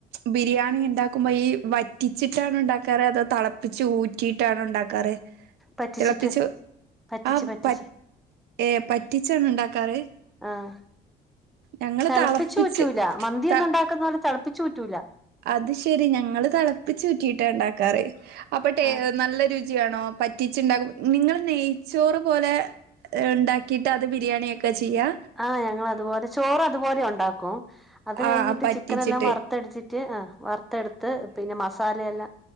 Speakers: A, on the right; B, in the centre.
A: ബിരിയാണി ഇണ്ടാക്കുമ്പോ ഈ വറ്റിച്ചിട്ടാണോ ഇണ്ടാക്കാറ് അതോ തളപ്പിച്ച് ഊറ്റിയിട്ടാണോ ഇണ്ടാ ക്കാറ്
B: പറ്റിച്ചിട്ട്
A: തിളപ്പിച്ചു
B: പറ്റിച്ച്
A: ആഹ്
B: പറ്റിച്ച്
A: പറ്റ് ഏഹ് പ റ്റിച്ചാണോ ഇണ്ടാക്കാറ്
B: ആഹ്
A: ഞങ്ങള്
B: തെളപ്പിച്ചൂറ്റൂല
A: തളപ്പിച്ച്
B: മന്തി
A: ത
B: ഒന്ന്ണ്ടാക്കുന്നോലെ തെളപ്പിച്ചൂറ്റൂല
A: അത് ശെരി ഞങ്ങള് തിളപ്പിചൂറ്റിട്ട ഇണ്ടാക്കാറ് അപ്പ ട്ടേ
B: ആഹ്
A: നല്ല രു ചിയാണോ പറ്റിചിണ്ടാകുമ്പോ നിങ്ങള് നെയ്ച്ചോറ് പോലെ ഇണ്ടാക്കിട്ട് അത് ബിരിയാണിയാക്കാ ചെയ്യ
B: ആഹ് ഞങ്ങളതുപോലെ ചോറതുപോലെ ഉണ്ടാക്കും അത് കഴിഞ്ഞിട്ട്
A: ആഹ് പറ്റിച്ചിട്ട്
B: ചിക്കനെല്ലാം വറുത്തടിച്ചി റ്റ് ആഹ് വറുതെട്ത്ത് പിന്നെ മസാലയെല്ലാ